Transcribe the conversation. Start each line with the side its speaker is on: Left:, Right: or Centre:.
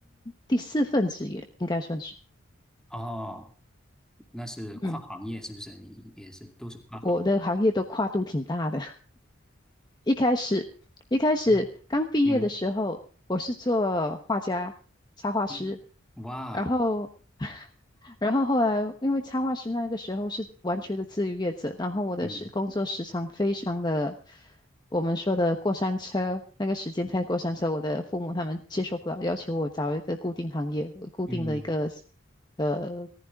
Left: 第四份职业，应该算是。
Centre: 哦，那是跨行业，
Left: 嗯，
Centre: 是不是？你也是都是跨行业。
Left: 我的行业都跨度挺大的。一开始，一开始刚毕业的时候，
Centre: 嗯嗯
Left: 我是做画家、插画师，
Centre: 嗯，哇，
Left: 然后，<laughs> 然后后来因为插画师那个时候是完全的自由业者，然后我的时工作时长非常的，
Centre: 嗯
Left: 我们说的过山车，那个时间太过山车，我的父母他们接受不了，要求我找一个固定行业、固定的一个
Centre: 嗯，
Left: 呃